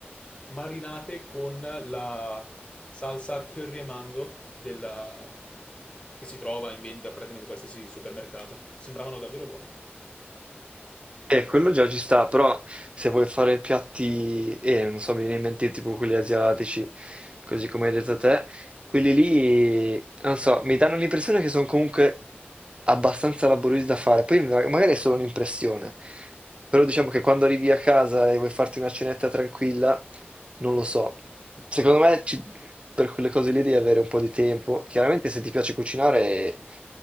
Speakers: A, on the left; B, on the right.
A: marinate con la salsa curry e mango della- che si trova in vendita praticamente in qualsiasi supermercato. Sembravano davvero buone.
B: Eh, quello già ci sta, però se vuoi fare piatti, eh, non so, mi viene in mente tipo quelli asiatici, così come hai detto te, quelli lì, non so, mi danno l'impressione che sono comunque abbastanza laboriosi da fare, poi ma- magari è solo un'impressione, però diciamo che quando arrivi a casa e vuoi farti una cenetta tranquilla, non lo so, secondo me ci- per quelle cose lì devi avere un po' di tempo, chiaramente se ti piace cucinare